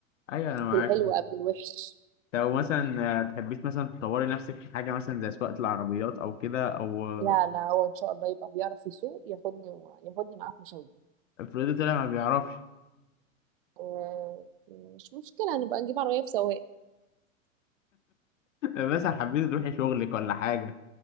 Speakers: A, on the left; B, on the right.
A: أيوه أنا معاك
B: في الحلو قبل الوحش
A: لو مثلا آه، تحبيش مثلا تطوري نفسك في حاجة مثلا زي سواقة العربيات أو كده أو آه،
B: لا لا هو ان شاء الله يبقى بيعرف يسوق ياخدني و... ياخدني معاه في مشاوير
A: افرضي طلع ما بيعرفش
B: آه، مش مشكله نبقى نجيب عربيه بسواق
A: <laughs> مثلا حبيتي تروحي شغلك ولا حاجة